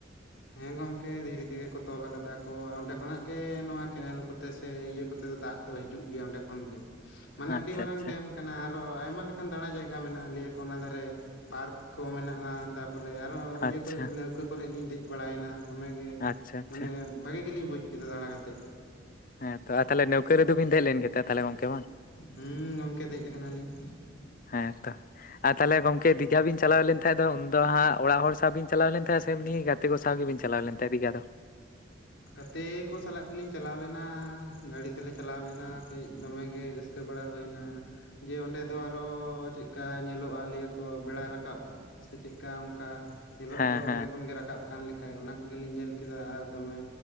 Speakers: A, on the left; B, on the left.
A: ᱦᱮᱸ ᱜᱚᱝᱠᱮ ᱫᱷᱤᱨᱤ ᱛᱮᱜᱮ ᱠᱚ ᱛᱚᱞ ᱟᱠᱟᱫᱟ ᱠᱚ ᱚᱸᱰᱮ ᱠᱷᱚᱱᱟᱜ ᱜᱮ ᱱᱚᱣᱟ ᱠᱮᱱᱮᱞ ᱠᱚ᱾ ᱛᱮ ᱥᱮ ᱤᱭᱟᱹ ᱠᱚᱛᱮ ᱫᱚ ᱫᱟᱜ ᱫᱚ ᱦᱤᱡᱩᱜ ᱜᱤᱭᱟ ᱚᱸᱰᱮ ᱠᱷᱚᱱ ᱜᱮ ᱢᱟᱱᱮ
B: ᱟᱪᱪᱷᱟ
A: ᱟᱹᱰᱤ ᱢᱟᱨᱟᱝ
B: ᱟᱪᱪᱷᱟ
A: ᱰᱮᱢ ᱠᱚ ᱠᱟᱱᱟ ᱟᱨᱚ ᱟᱭᱢᱟ ᱞᱮᱠᱟᱱ ᱫᱟᱸᱲᱟ ᱡᱟᱭᱜᱟ ᱢᱮᱱᱟᱜ-ᱟ ᱞᱟᱹᱭ ᱟᱠᱚ ᱚᱱᱟ ᱫᱷᱟᱨᱮ ᱯᱟᱨᱠ ᱠᱚ ᱢᱮᱱᱟᱜ-ᱟ᱾ ᱛᱟᱯᱚᱨᱮ ᱟᱨᱦᱚ
B: ᱟᱪᱪᱷᱟ
A: ᱤᱭᱟᱹ ᱠᱚᱨᱮᱜ ᱱᱟᱹᱣᱠᱟᱹ ᱠᱚᱞᱮᱞ ᱞᱤᱧ ᱫᱮᱡ ᱵᱟᱲᱟᱭ ᱱᱟ᱾ ᱫᱚᱢᱮᱜᱮ
B: ᱟᱪᱪᱷᱟ ᱟᱪᱪᱷᱟ
A: ᱢᱟᱱᱮ ᱵᱷᱟᱜᱤ ᱜᱮᱞᱤᱧ ᱵᱩᱡ ᱠᱮᱫᱟ ᱫᱟᱬᱟ ᱠᱟᱛᱮᱫ᱾
B: ᱦᱮᱸ ᱛᱚ ᱟᱨ ᱛᱷᱟᱞᱮ ᱱᱟᱹᱣᱠᱟᱹ ᱨᱮᱫᱚᱵᱤᱱ ᱫᱮᱡ ᱞᱮᱱ ᱜᱮ ᱛᱟᱦᱚᱞᱮ ᱜᱚᱝᱠᱮ ᱵᱟᱝ᱾
A: ᱦᱩᱸ ᱜᱚᱝᱠᱮ ᱫᱮᱡ ᱟᱠᱟᱱᱟ ᱞᱤᱧ᱾
B: ᱦᱮᱸ ᱛᱚ ᱟᱨ ᱛᱟᱦᱞᱮ ᱜᱚᱝᱠᱮ ᱫᱤᱜᱷᱟ ᱵᱤᱱ ᱪᱟᱞᱟᱣ ᱞᱮᱱ ᱛᱟᱦᱮᱜ ᱫᱚ ᱩᱱᱫᱚ ᱦᱟᱸᱜ ᱚᱲᱟᱜ ᱦᱚᱲ ᱥᱟᱶ ᱵᱤᱱ ᱪᱟᱞᱟᱣ ᱞᱮᱱ ᱛᱟᱦᱮᱸᱫ ᱥᱮ ᱮᱢᱱᱤ ᱜᱟᱛᱮ ᱠᱚ ᱥᱟᱶ ᱜᱮᱵᱤᱱ ᱪᱟᱞᱟᱣ ᱞᱮᱱ ᱛᱟᱦᱮᱸᱫ ᱫᱤᱜᱷᱟ ᱫᱚ
A: ᱜᱟᱛᱮ ᱠᱚ ᱥᱟᱞᱟᱜ ᱜᱮᱞᱤᱧ ᱪᱟᱞᱟᱣ ᱞᱮᱱᱟ ᱜᱟᱲᱤ ᱛᱮᱞᱮ ᱪᱟᱞᱟᱣ ᱞᱮᱱᱟ ᱠᱟᱹᱡ ᱫᱚᱢᱮ ᱜᱮ ᱨᱟᱹᱥᱠ--ᱹ ᱠᱟᱹ ᱵᱟᱲᱟ ᱦᱩᱭᱱᱟ᱾ ᱡᱮ ᱚᱸᱰᱮ ᱫᱚ ᱟᱨᱚ ᱪᱮᱜᱠᱟ ᱧᱮᱞᱚᱜ-ᱟ ᱞᱟᱭᱟᱹ ᱠᱚ ᱵᱮᱲᱟ ᱨᱟᱠᱟᱵ᱾ ᱥᱮ ᱪᱮᱜ ᱠᱟ ᱚᱱᱠᱟ᱾ ᱧᱮᱞᱚᱜ
B: ᱦᱮᱸ
A: ᱫᱚ
B: ᱦᱮᱸ
A: ᱚᱸᱰᱮ ᱠᱷᱚᱱ ᱜᱮ ᱨᱟᱠᱟᱵ ᱠᱟᱱ ᱞᱮᱠᱟᱡ ᱚᱱᱟ ᱠᱚᱜᱮ ᱞᱤᱧ ᱧᱮᱞ ᱠᱮᱫᱟ ᱟᱨ ᱫᱚᱢᱮ